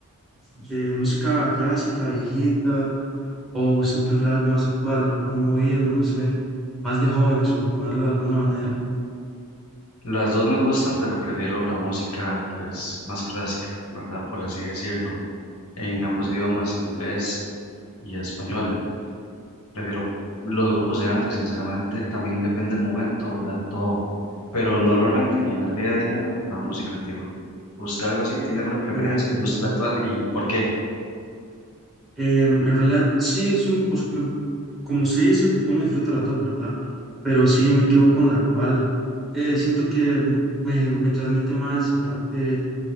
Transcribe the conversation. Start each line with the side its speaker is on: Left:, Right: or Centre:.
Centre: de música clásica, viejita, o usted prefiere algo más actual, más movido, no sé, más de jóvenes, por ponerlo de alguna manera?
Left: Las dos me gustan, pero prefiero la música pues más clásica, ¿verdad? Por así decirlo, en ambos idiomas, inglés y español. Prefiero los grupos de antes, sinceramente, también depende del momento, ¿verdad? Todo. Pero normalmente y en el día a día, la música antigua. ¿Usted algo así? ¿Tiene alguna preferencia?
Centre: Ok,
Left: ¿Le
Centre: ok.
Left: gusta la actual? ¿Y por qué?
Centre: Em, en realidad, sí, soy, o sea, me, como se dice, uno disfruta las dos, ¿verdad? Pero sí me quedo con la cual eh, siento que me, me transmite más, aparte,